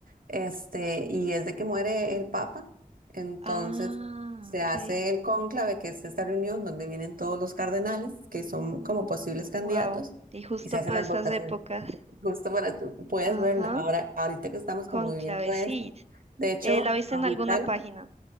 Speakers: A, on the right (about 70°); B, on the right (about 45°).
A: Este, y es de que muere el Papa, entonces
B: Ah,
A: se
B: ok,
A: hace el cónclave, que es esta reunión donde vienen todos los cardenales, que son como posibles candidatos,
B: wow. Y justo
A: y se
B: para
A: hacen las
B: estas
A: votaciones.
B: épocas.
A: <laughs> Justo para, puedes
B: Ajá,
A: verla, ahora, ahorita que estamos
B: con
A: como viviendo
B: clave,
A: esto.
B: sí.
A: De hecho,
B: Eh, ¿la viste
A: ahorita,
B: en alguna
A: el-
B: página?